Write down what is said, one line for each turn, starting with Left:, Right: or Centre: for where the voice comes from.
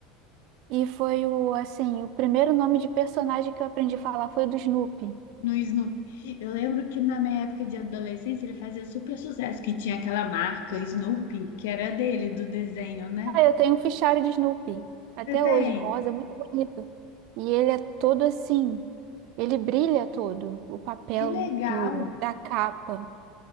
Right: E foi o, assim, o primeiro nome de personagem que eu aprendi a falar foi o do Snoopy.
Left: no Snoopy, eu lembro que na minha época de adolescência ele fazia super sucesso, que tinha aquela marca Snoopy, que era dele, do desenho, né?
Right: Ah, eu tenho um fichário de Snoopy. Até
Left: Você tem?
Right: hoje, rosa, muito bonito. E ele é todo assim, ele brilha todo, o papel
Left: Que legal!
Right: do, da capa.